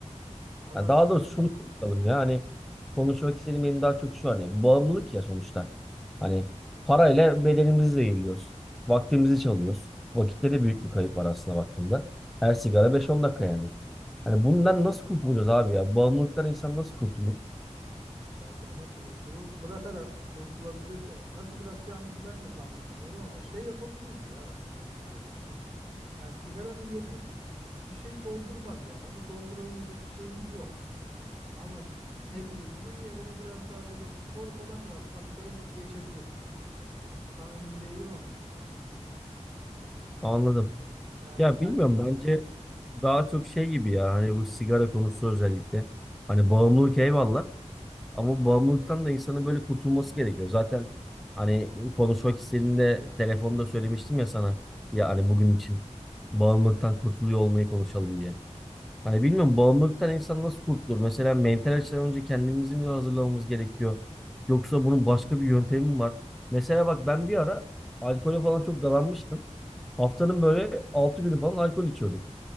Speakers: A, on the right (about 65°); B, in the centre.
A: Allah
B: Ha, daha
A: çok
B: doğrusu
A: iyi.
B: şunu konuşalım ya hani konuşmak istediğim benim daha çok şu hani bağımlılık ya sonuçta. Hani parayla bedenimizi zehirliyoruz. Vaktimizi çalıyoruz. Vakitte de büyük bir kayıp var aslında baktığında. Her sigara beş on dakika yani. Hani bundan nasıl kurtulacağız abi ya? Bağımlılıktan insan nasıl kurtulur?
A: Vallahi nasıl kurtulur? Bırakarak kurtulabilir de. Nasıl bırakacağımızı ben de tam bilmiyorum ama şey yapabiliriz ya aslında bunun yerine. Ya sigaranın yerini bir şey doldurmaz ya. Onu doldurabilecek bir şeyimiz yok. Ama ne bileyim onun yerine biraz daha böyle spor falan yapsak belki geçebilir ya. Tam emin değilim ama.
B: Anladım.
A: Yani
B: Ya
A: sen
B: bilmiyorum bence daha çok şey gibi ya hani bu sigara konusu özellikle. Hani bağımlılık eyvallah. Ama bu bağımlılıktan da insanın böyle kurtulması gerekiyor. Zaten hani konuşmak istediğinde telefonda söylemiştim ya sana. Ya hani bugün için bağımlılıktan kurtuluyor olmayı konuşalım diye. Hani bilmiyorum bağımlılıktan insan nasıl kurtulur? Mesela mental açıdan önce kendimizi mi hazırlamamız gerekiyor? Yoksa bunun başka bir yöntemi mi var? Mesela bak ben bir ara alkole falan çok dalanmıştım. Haftanın böyle 6 günü falan alkol içiyordum.